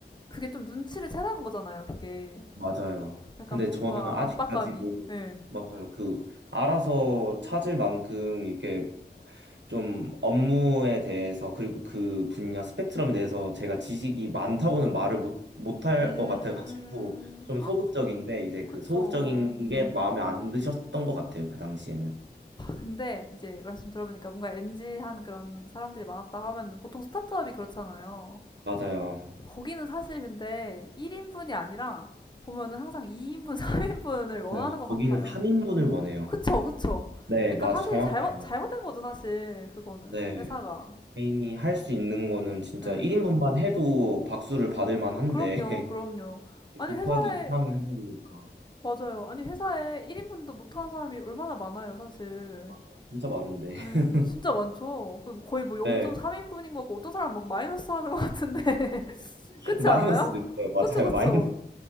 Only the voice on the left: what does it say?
그게 좀 눈치를 채라는 거잖아요, 그게.
약간
뭔가
압박감이, 예.
음,
그쵸.
어.
근데 이제 말씀 들어보니까 뭔가 m 지한 그런 사람들이 많았다고 하면 보통 스타트업이 그렇잖아요.
거기는 사실 근데 1인분이 아니라 보면은 항상 2인분, 3인분을 <laughs> 원하는
것
같아요.
그쵸, 그쵸.
그러니까
사실
잘못, 잘못된 거죠, 사실. 그거는.
회사가.
예.
그럼요, 그럼요.
아니,
회사에,
맞아요. 아니, 회사에 1인분도 못하는 사람이 얼마나 많아요, 사실.
예,
진짜 많죠. 그 거의 뭐 0.3인분인
거고, 어떤 사람은 막 마이너스 하는 것 같은데. <laughs> 그렇지
않아요?
그쵸, 그쵸.